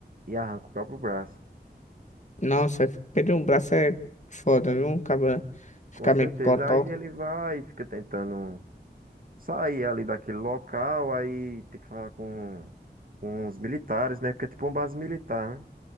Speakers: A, on the right; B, on the left.
A: e arranca o próprio braço.
B: Nossa, perder um braço é foda, viu? Acaba ficar
A: Com certeza.
B: meio que cotó.
A: Aí ele vai e fica tentando sair ali daquele local, aí tem que falar com, com os militares, né? Porque é tipo uma base militar, né?